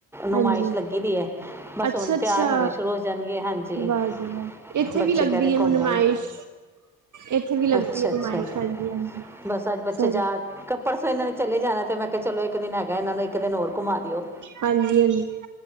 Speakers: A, on the right; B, in the centre.
A: ਹਾਂਜੀ
B: ਨੁਮਾਇਸ਼ ਲੱਗੀਦੀ ਹੈ। ਬਸ,
A: ਅੱਛਾ
B: ਹੁਣ
A: ਅੱਛਾ
B: ਤਿਆਰ ਹੋਣੇ ਸ਼ੁਰੂ ਹੋ ਜਾਣਗੇ, ਹਾਂਜੀ।
A: ਵਾਹ ਜੀ ਵਾਹ ਇੱਥੇ
B: ਬੱਚੇ
A: ਵੀ ਲੱਗਦੀ
B: ਕਹਿ ਰਹੇ
A: ਹੈ
B: ਘੁੰਮ
A: ਨੁਮਾਇਸ਼
B: ਆਏ।
A: ਇੱਥੇ ਵੀ ਲੱਗਦੀ
B: ਅੱਛਾ-ਅੱਛਾ,
A: ਹੈ ਨੁਮਾਇਸ਼ ਹਾਂਜੀ ਹਾਂਜੀ
B: ਬਸ ਅੱਜ ਬੱਚੇ
A: ਸਾਡੇ
B: ਜਾ ਕ, ਪਰਸੋ ਇਹਨਾਂ ਦੇ ਚਲੇ ਜਾਣਾ ਤੇ, ਮੈਂ ਕਿਹਾ ਚਲੋ ਇੱਕ-ਦਿਨ ਹੈਗਾ ਇਹਨਾਂ ਨੂੰ ਇੱਕ ਦਿਨ ਹੋਰ ਘੁਮਾ ਦਿਓ।
A: ਹਾਂਜੀ ਹਾਂਜੀ